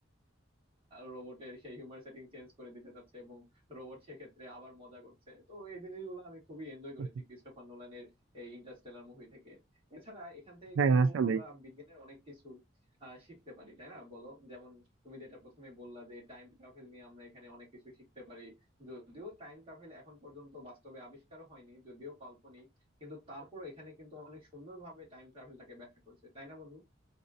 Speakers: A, on the right; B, on the right.
A: রোবটের সেই হিউমার সেটিং চেঞ্জ করে দিতে চাচ্ছে এবং রোবট সেক্ষেত্রে আবার মজা করছে তো এই জিনিসগুলো আমি খুবই এনজয় করেছি
B: <laughs>
A: ক্রিস্টোফার নোলানের এই ইন্টারস্টেলার মুভি থেকে এছাড়া এখান থেকে
B: হ্যাঁ
A: কিন্তু
B: আসলে
A: আমরা বিজ্ঞানের অনেক কিছু আহ, শিখতে পারি তাই না বলো যেমন তুমি যেটা প্রথমে বললা যে টাইম ট্রাভেল নিয়ে আমরা এখানে অনেক কিছু শিখতে পারি যদিও টাইম ট্রাভেল এখন পর্যন্ত বাস্তবে আবিষ্কার হয়নি যদিও কাল্পনিক কিন্তু তারপরও এখানে কিন্তু অনেক সুন্দরভাবে টাইম ট্রাভেলটাকে ব্যাখ্যা করছে তাই না বন্ধু